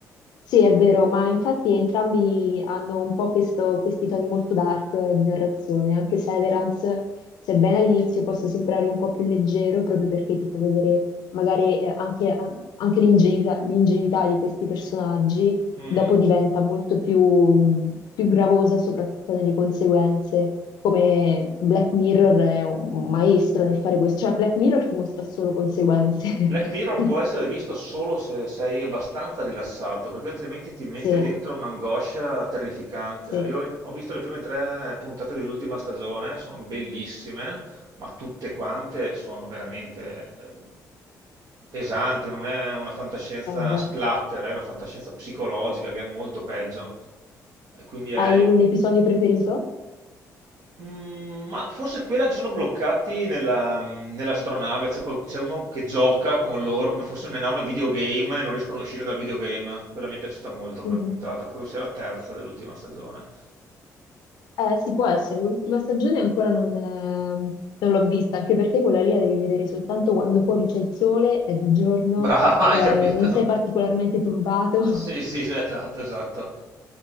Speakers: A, on the left; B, on the right.
A: Sì, è vero, ma infatti entrambi hanno un po' questo- questi toni molto dark eh, di narrazione, anche se Severance, sebbene all'inizio possa sembrare un po' più leggero, proprio perché ti fa vedere magari eh, anche, anche l'ingenuità l'ingenuità di questi personaggi,
B: Mm.
A: dopo diventa molto più, mh, più gravosa, soprattutto nelle conseguenze. Come Black Mirror è un maestro nel fare questo, cioè Black Mirror ti mostra solo conseguenze.
B: Black Mirror
A: <laughs>
B: può essere visto solo se sei abbastanza rilassato, perché altrimenti ti mette
A: Sì,
B: dentro un'angoscia terrificante.
A: sì, eh,
B: Io in- ho visto le prime tre puntate dell'ultima stagione, sono bellissime, ma tutte quante sono veramente eh, pesanti, non è una fantascienza
A: beh.
B: splatter, è una fantascienza psicologica che è molto peggio. E quindi è...
A: Hai un episodio preferito?
B: Mm, ma forse quella che sono bloccati nella- nell'astronave, c'è qual- c'è uno che gioca con loro come fosse un enorme videogame e non riescono a uscire dal videogame. Quella mi è piaciuta molto come
A: Mhm.
B: puntata, credo sia la terza dell'ultima stagione.
A: Eh, sì, può essere. L'ultima stagione ancora non, eh, non l'ho vista, anche perché quella lì la devi vedere soltanto quando fuori c'è il sole, è di giorno,
B: <laughs> Brava, hai
A: eh,
B: capito?
A: non sei particolarmente turbato. <laughs>
B: Sì, sì, sì, esatto, esatto.